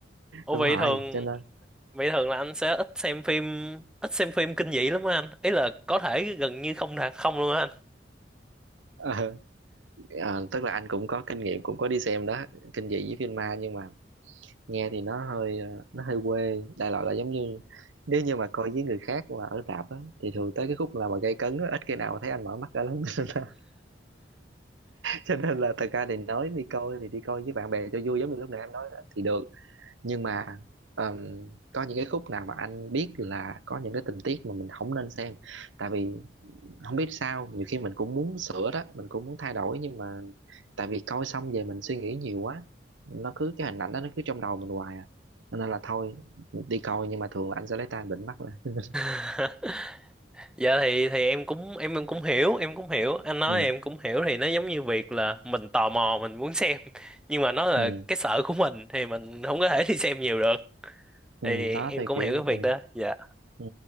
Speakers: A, in the centre; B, on the right.
A: Ủa
B: đúng
A: vậy
B: rồi
A: thường
B: cho nên
A: vậy thường là anh sẽ ít xem phim ít xem phim kinh dị lắm á anh ý là có thể gần như không là không luôn á anh
B: <laughs> Ờ, tức là anh cũng có kinh nghiệm cũng có đi xem đó kinh dị với phim ma nhưng mà nghe thì nó hơi ờ, nó hơi quê đại loại là giống như nếu như mà coi với người khác mà ở rạp á thì thường tới cái khúc là mà gây cấn á ít khi nào mà thấy anh mở mắt ra lắm <laughs> cho nên là, cho nên là thật ra thì nói đi coi thì đi coi với bạn bè cho vui giống như lúc nãy em nói đó, thì được nhưng mà ờm, có những cái khúc nào mà anh biết là có những cái tình tiết mà mình không nên xem tại vì không biết sao nhiều khi mình cũng muốn sửa đó mình cũng muốn thay đổi nhưng mà tại vì coi xong về mình suy nghĩ nhiều quá nó cứ cái hình ảnh đó nó cứ trong đầu mình hoài à Cho nên là thôi đi coi nhưng mà thường là anh sẽ lấy tay anh bịnh mắt lên <laughs>
A: <laughs> dạ thì thì em cũng em em cũng hiểu em cũng hiểu anh nói
B: ừ
A: em cũng hiểu thì nó giống như việc là mình tò mò mình muốn xem <laughs> nhưng mà nó là
B: ừ
A: cái sở của mình thì mình không có thể đi xem nhiều được
B: ừ
A: thì
B: đó
A: em
B: thì
A: cũng
B: kiểu
A: hiểu cái
B: ừ
A: việc đó dạ
B: ừ